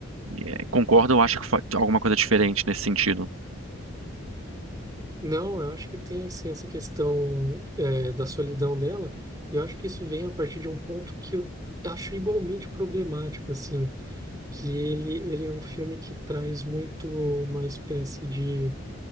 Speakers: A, on the right (about 90°); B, on the right (about 20°).
A: é, concorda ou acha que fa- alguma coisa diferente nesse sentido.
B: Não, eu acho que tem sim essa questão é, da solidão dela, e eu acho que isso vem a partir de um ponto que eu acho igualmente problemático, assim, que ele, ele é um filme que traz muito uma espécie de